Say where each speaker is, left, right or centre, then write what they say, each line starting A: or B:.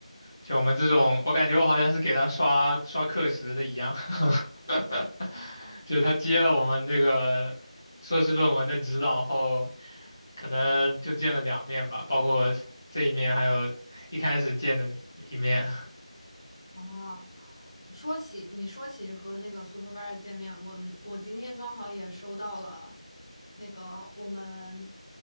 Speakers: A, on the left; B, on the left.
A: 就我们这种，我感觉我好像是给他刷刷课时的一样，<laughs> 就是他接了我们这个硕士论文的指导后，可能就见了两面吧，包括这一面，还有一开始见的一面。
B: 哦，说起你说起和那个 supervisor 见面，我们我今天刚好也收到了那个我们